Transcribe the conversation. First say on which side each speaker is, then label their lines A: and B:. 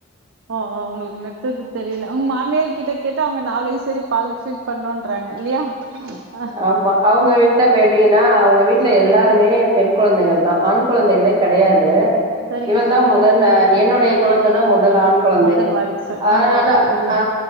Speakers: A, on the right; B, on the right.
A: ஓ ஓ உங்களுக்கு நிறுத்துறதுக்கு தெரில உங்க மாமியார் கிட்ட கேட்டா அவுங்க நாலு வய்சு வரையு பாலு ஃபீட் பண்ணுன்றாங்க இல்லெயா ஹ்ம்
B: ஆமா அவுங்க வீட்ல பெட் எப்டின்னா அவுங்க வீட்ல எல்லாருமே பெண் கொழந்தைகள் தா ஆண் கொழந்தைகளே கெடையாது
A: சரிங்க
B: இவன்
A: தோழி
B: தான் முதன் என்னுடைய குழந்த தா முதல் ஆண் கொழந்தை
A: முதல் வாரிசு
B: அதனால
A: ஆ ஓகே தோழி
B: ஆ